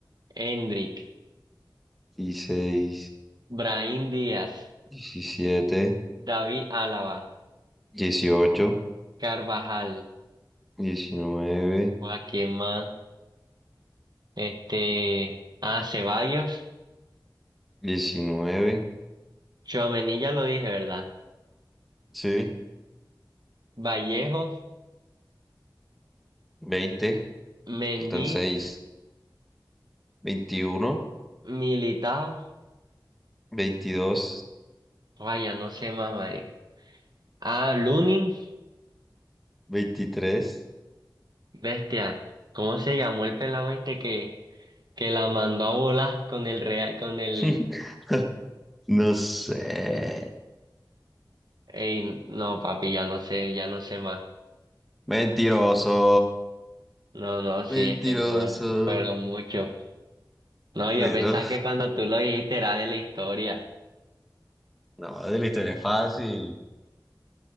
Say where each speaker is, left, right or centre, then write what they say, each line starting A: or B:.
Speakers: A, on the right (about 60°); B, in the centre.
A: Endrick,
B: dieciséis
A: Brahim Díaz,
B: diecisiete
A: David Álava,
B: dieciocho
A: Carvajal,
B: diecinueve
A: a quién más, este, a Ceballos,
B: diecinueve
A: Tchouaméni ya lo dije, ¿verdad?
B: sí,
A: Vallejo,
B: veinte
A: Mendy,
B: faltan seis veintiuno
A: Militao.
B: veintidós
A: Vaya, no sé más, marica. Ah, Lunin,
B: veintitrés
A: bestia. ¿Cómo se llamó el pelado este que, que la mandó a volar con el real, con el...
B: <laughs> No sé.
A: Ey, no, papi, ya no sé, ya no sé más.
B: Mentiroso,
A: No, no, sí,
B: mentiroso.
A: es que no, fueron mucho. No,
B: pero
A: yo pensaba que cuando tú lo dijiste era de la historia.
B: no, de la historia es fácil.